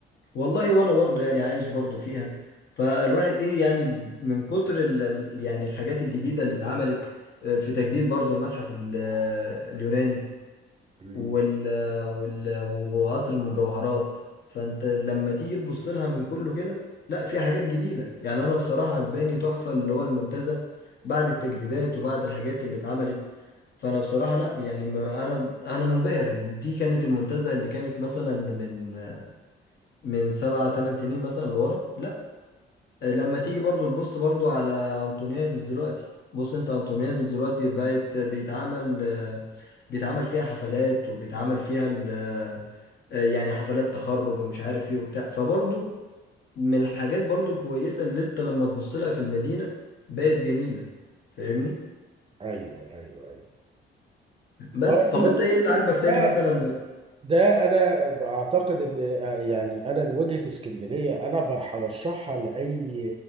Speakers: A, on the left (about 60°); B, on the right (about 30°).
A: والله وانا برضو يعني عايش برضو فيها فالواحد ايه يعني من كتر ال ال- يعني الحاجات الجديده اللي اتعملت آه، في تجديد برضو المتحف ال- آه، اليوناني
B: مم.
A: وال وال وقصر المجوهرات فانت لما تيجي تبص لها من كله كده لا في حاجات جديدة يعني انا بصراحة عجباني تحفة اللي هو المنتزه بعد التجديدات وبعد الحاجات اللي اتعملت فانا بصراحة لا يعني ما انا انا منبهر دي كانت المنتزه اللي كانت مثلا من من سبعة تمن سنين مثلا لورا لا لما تيجي برضو تبص برضو على انطونيادس دلوقتي بص انت انطونيادس دلوقتي بقت بيتعمل بيتعمل فيها حفلات وبيتعمل فيها ال- آه، يعني حفلات تخرج ومش عارف ايه وبتاع فبرضو من الحاجات برضو الكويسة اللي انت لما تبص لها في المدينة بقت جميلة فاهمني
B: ايوه ايوه ايوه
A: بس
B: على
A: طب
B: العموم
A: انت ايه
B: أصلاً
A: اللي عاجبك تاني مثلا
B: ده انا بعتقد ان آه، يعني انا لوجهة اسكندرية انا برشحها لاي